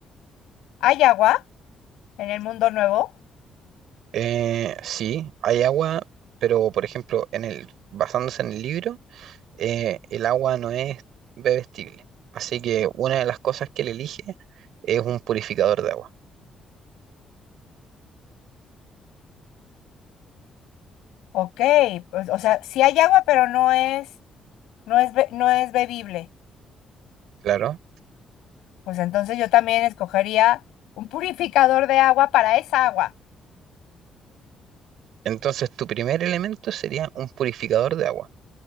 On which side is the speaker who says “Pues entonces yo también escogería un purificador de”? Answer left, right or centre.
Left